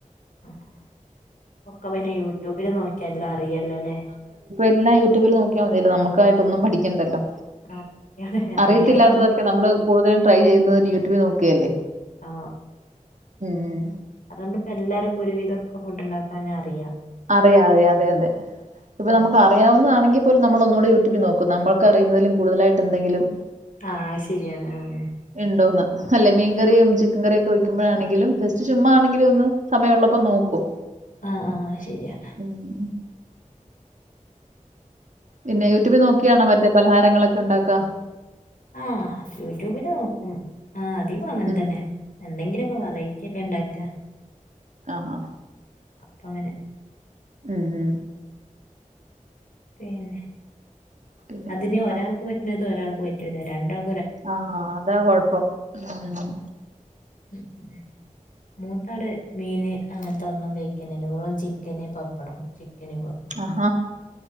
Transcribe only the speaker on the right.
എല്ല യൂറ്റുബില് നോക്കിയമതിയല്ലോ നമ്മക്കായിട്ട് ഒന്നും പടി ക്കണ്ടല്ലോ
അറിയത്തില്ലാത്തതൊക്കെ
നമ്മള് കൂടുത ട്രൈ ചെയ്യുന്നത് ന്നെ യൂട്യൂബ് നോക്കിയല്ലേ
ഉം
അറിയ അതെ അതെ അതെ ഇപ്പൊ
നമ്മക്ക് അറിയാവുന്നതാണെങ്കി പ്പോലു നമ്മളൊന്നോടി യൂട്യൂബി നോക്കും നമ്മൾക്കറിയ്ന്നതിലും കൂടുതലായിട്ടെന്തെങ്കിലും
ഇണ്ടോന്ന് അല്ലേ മീൻ കറിയും ചിക്കൻ കറിയൊക്കെ വക്കുമ്പഴാണെങ്കിലും ജസ്റ്റ് ചുമ്മാ ആണെങ്കിലു ഒന്ന് സമയൊള്ള പ്പൊ നോക്കും
ഉം പിന്നെ യൂറ്റുബിൽ നോക്കിയാണോ മറ്റേ പലഹാരങ്ങളൊക്കെണ്ടാക്കാ
ഉം
ആഹ ആ
ഉം ഉ
പിന്നെ
എന്താ
ആ അതാ കൊഴപ്പം ഉം
അഹാ